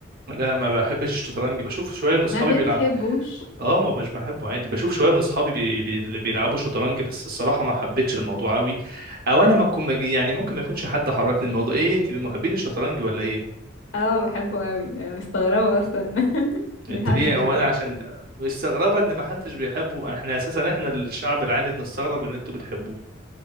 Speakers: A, on the right (about 50°); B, on the left (about 80°).
A: لا ما بحبش الشطرنج بشوف شويه من اصحابي
B: ما بتحبوش
A: بيلعب اه ما مش بحبه عادي بشوف شويه من اصحابي بي... بي... اللي بيلعبوا شطرنج بس الصراحه ما حبيتش الموضوع قوي او انا ما اكون مجي... يعني ممكن ما يكونش حد حركني الموضوع ايه انت من محبين الشطرنج ولا ايه
B: اه بحبه قوي انا مستغربه اصلا <laughs>
A: انت
B: ان
A: ليه
B: حد مش
A: هو
B: بيحبه
A: انا عشان مستغربه ان ما حدش بيحبه احنا اساسا احنا الشعب العادي بنستغرب ان انتوا بتحبوه